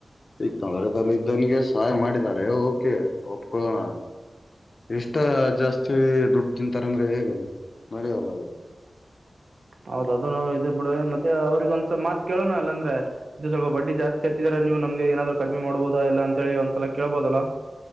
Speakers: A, on the left; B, on the right.
A: ಈ ತೊಂದ್ರೆ ಅಲ್ಲಿ ಇದ್ದವನಿಗೆ ಸಹಾಯ ಮಾಡಿದಾರೆ ಓಕೆ ಒಪ್ಕೋಣ ಇಷ್ಟ ಜಾಸ್ತಿ ದುಡ್ಡು ತಿಂತಾರೆಂದ್ರೆ ಹೇಗ ಅದು ಮಾಡವಲ್ಲ ಅದು
B: ಹೌದ ಅದನ್ನು ಇದು ಬಿಡುವ ಅವ್ರಿಗೆ ಒಂದ್ಸಲ್ ಮಾತ್ ಕೇಳೋಣ ಅಲ್ಲ ಅಂದ್ರೆ ಇದು ಸ್ವಲ್ಪ ಬಡ್ಡಿ ಜಾಸ್ತಿ ಹಚ್ಚಿದ್ರ ನೀವು ನಮ್ಗೆ ಏನಾದ್ರು ಕಡಿಮೆ ಮಾಡ್ಬುದಾ ಎಲ್ಲ ಅಂತ ಹೇಳಿ ಒಂದ್ಸಲ ಕೇಳ್ಬೋದಲ್ಲಾ